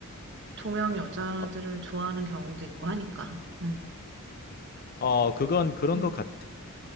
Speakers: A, on the right; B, on the left.
A: 동양 여자들을
B: 어,
A: 좋아하는 경우도 있고 하니까. 응,
B: 어, 그건 그런
A: 응,
B: 것 같아.